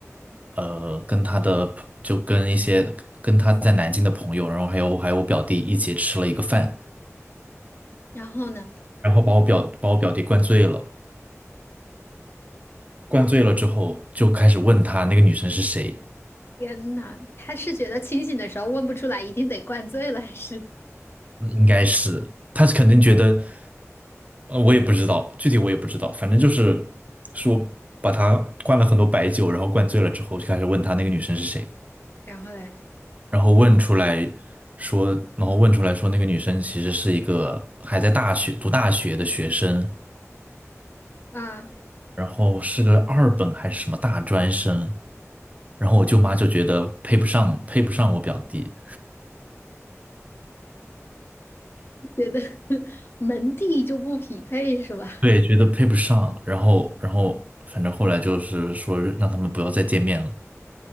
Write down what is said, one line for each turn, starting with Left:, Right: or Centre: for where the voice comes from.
Right: 呃，跟他的朋就跟一些跟他在南京的朋友，然后还有还有我表弟一起吃了一个饭，
Left: 然后呢？
Right: 然后把我表把我表弟灌醉了，灌醉了之后就开始问他那个女生是谁，
Left: 天呐，他是觉得清醒的时候问不出来，一定得灌醉了，还是？
Right: 嗯应该是他肯定觉得，呃，我也不知道，具体我也不知道，反正就是说把他灌了很多白酒，然后灌醉了之后，就开始问他那个女生是谁，
Left: 然后嘞，
Right: 然后问出来说，然后问出来说那个女生其实是一个还在大学读大学的学生，
Left: 啊，
Right: 然后是个二本还是什么大专生，然后我舅妈就觉得配不上，配不上我表弟。
Left: 觉得 <laughs> 门第就不匹配是吧？
Right: 对，觉得配不上，然后，然后，反正后来就是说让他们不要再见面了。